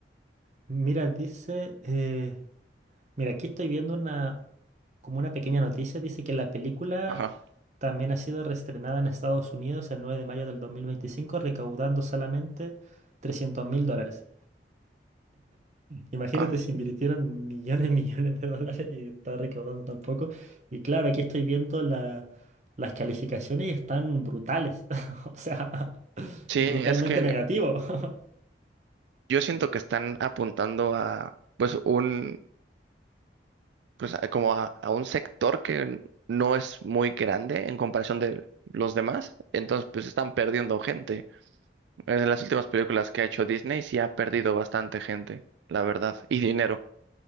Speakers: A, on the right; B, on the right.
A: Mira, dice, eh, mira, aquí estoy viendo una, como una pequeña noticia, dice que la película
B: Ajá.
A: también ha sido reestrenada en Estados Unidos el 9 de mayo del 2025 recaudando solamente trescientos mil dólares. Imagínate
B: Ah,
A: si invirtieron millones, <laughs> millones de dólares y está recaudando tan poco. Y claro, aquí estoy viendo la- las calificaciones y están brutales. <laughs> O sea,
B: sí,
A: brutalmente
B: es que
A: negativo. <laughs>
B: yo siento que están apuntando a, pues, un, pues, a- como a, a un sector que no es muy grande en comparación de los demás, entonces, pues, están perdiendo gente. En las últimas películas que ha hecho Disney sí ha perdido bastante gente, la verdad, y dinero.